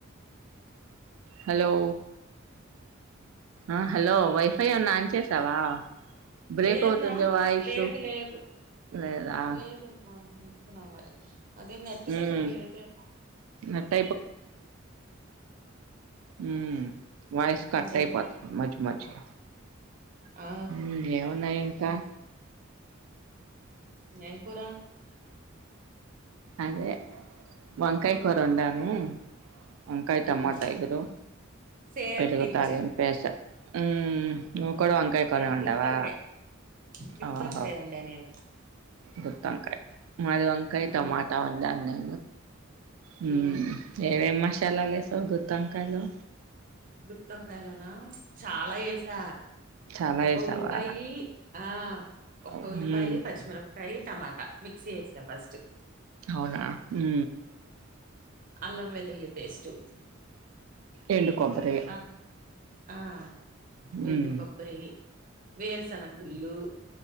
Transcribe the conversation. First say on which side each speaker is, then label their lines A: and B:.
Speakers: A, on the right; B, on the right.
A: hello ఆ హలో వైఫై ఎన్న ఆన్ చేసావా బ్రేక్
B: లేదురా
A: అవుతుంది వాయిసు
B: లేదు లేదు
A: లేదా
B: లేదమ్మా ఎకున్న మరి అదే నెట్ సరిగ్గలేదేమో
A: మ్మ్ నెట్ హు వాయిస్ కటై
B: ఇంకేంటి
A: పోతుంది మధ్య మధ్యలో
B: ఆ
A: ఇంకేమున్నాయ్ ఇంకా
B: ఎం కూరా
A: అదే వంకాయ్ కుర వండను వంకాయ టమాటే
B: ఉమ్
A: కదూ
B: సేమ్
A: పెరుగుతాగను
B: పించ్
A: పెస హు నువ్ కూడా వంకాయ కురే
B: నేను
A: వండావా
B: గుత్తొంకాయ్ గుత్తొంకాయ్
A: ఆహ
B: వండా నేను
A: గుతొంకాయ్ మాది వంకాయ్
B: ఉమ్
A: టమాటా ఉందండి హుమ్మ్
B: ఉమ్
A: ఏమేమి మసాలాలేసావ్ గుతోంకాయాలో
B: గుతోంకాయలోనా చాలా ఎసా
A: చాలా
B: ఒక
A: వేసావా
B: ఉల్లిపాయి ఆ ఒక
A: ఉమ్
B: ఉల్లిపాయి పచ్చిమిరపకాయి టమాటా మిక్సీ చేస్తా ఫస్ట్
A: అవునా హు
B: అల్లం వెల్లుల్లి పేస్టు
A: ఏండు కొబ్బరి
B: ఆ ఆ వెండి
A: ఉమ్
B: కొబ్బరి వేరుసేనగ గుళ్ళు